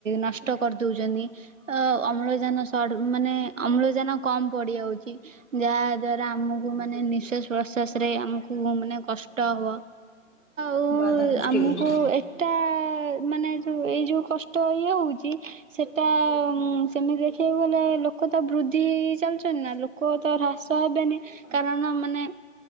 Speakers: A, on the right; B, on the left.
A: ନଷ୍ଟ କରିଦଉଛନ୍ତି? ଅ ଅମ୍ଳଜାନ ସ ମାନେ ଅମ୍ଳଜାନ କମ ପଡିଯାଉଛି। ଯାହା ଦ୍ଵାରା ଆମକୁ ମାନେ ନିଃଶ୍ୱାସ ପ୍ରଶ୍ୱାସ ରେ ଆମକୁ ମାନେ କଷ୍ଟ ହବ। ଆଉ
B: ବାଧା ସୃଷ୍ଟି
A: ଆମକୁ
B: କରୁଛି
A: ଏଟା ମାନେ ଯୋଉ ଏଇ ଯୋଉ କଷ୍ଟ ଇଏ ହଉଛି। ସେଟା ସେମିତି ଦେଖିବାକୁ ଗଲେ ଲୋକ ତ ବୃଦ୍ଧି ଚାଲୁଛନ୍ତି ନା ଲୋକ ତ ହ୍ରାସ ହେବେନି କାରଣ ମାନେ